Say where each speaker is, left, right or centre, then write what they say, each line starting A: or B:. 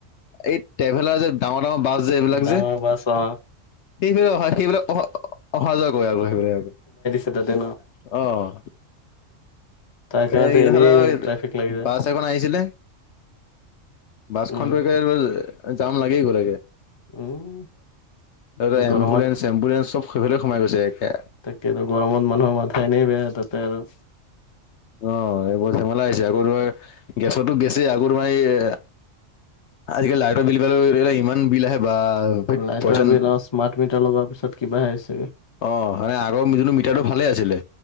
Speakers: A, on the left (about 65°); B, on the left (about 30°).
A: এই ট্ৰেভেলাৰ যে ডাঙৰ, ডাঙৰ বাছ যে এইবিলাক
B: ডাঙৰ
A: যে।
B: বাছ অ
A: সেইবিলাক অ' অহা যোৱা আৰু সেইবিলাক আৰু।
B: <unintelligible>
A: অ'।
B: তাৰ কাৰনেতো
A: এই ইহঁত
B: এনেই ট্ৰাফিক লাগি যায়।
A: বাছ এখন আহিছিলে, বাছখনতে
B: উম
A: জাম লাগি গ'লকে।
B: উম
A: দাদা
B: গৰমত
A: এম্বুলেন্ঞ্চ এম্বুলেন্ঞ্চ সেইফালে গৈছে একে।
B: তাকেইতো গৰমত মানুহৰ মাথা এনেই বেয়া তাতে আৰু।
A: অ', এইবোৰ ধেমেলা হৈছে আকৌ তোমাৰ গেছতো গেছি আকৌ তোমাৰি এ আজিকালি লাইটৰ বিল ইমান বিল আহে বা পইচা
B: লাইটৰ বিল অ স্মাৰ্ট মিটাৰ লগোৱাৰ পিছত কিবা আগৈ।
A: অ', মানে আগৰ যোনটো মিটাৰটো ভালে আছিলে